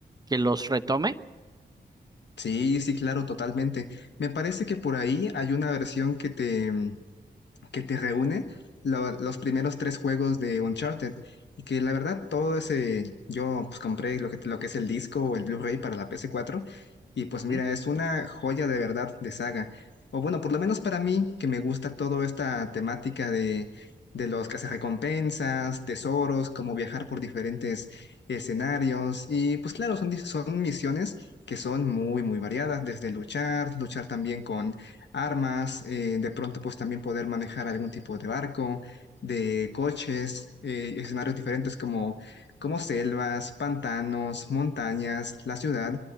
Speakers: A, on the right (about 20°); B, on the left (about 75°).
A: que los retome.
B: Sí, sí, claro, totalmente. Me parece que por ahí hay una versión que te, que te reúne lo- los primeros tres juegos de Uncharted. Y que la verdad, todo ese, yo pues compré lo que, lo que es el disco o el Blu-ray para la PS4. Y pues mira,
A: Ujú,
B: es una joya de verdad de saga. O bueno, por lo menos para mí, que me gusta toda esta temática de, de los cazarrecompensas, tesoros, como viajar por diferentes escenarios. Y pues claro, son, di- son misiones que son muy, muy variadas, desde luchar, luchar también con armas, eh, de pronto pues también poder manejar algún tipo de barco, de coches, eh, escenarios diferentes como, como selvas, pantanos, montañas, la ciudad.